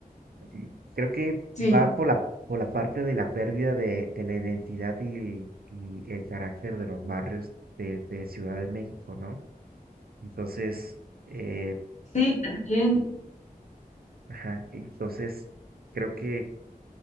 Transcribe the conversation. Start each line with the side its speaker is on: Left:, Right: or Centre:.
Right: Y creo que
Left: Sí.
Right: va por la, por la parte de la pérdida de, de la identidad y el, y el carácter de los barrios de, de Ciudad de México, ¿no? Entonces, eh,
Left: Sí, también.
Right: ajá, entonces creo que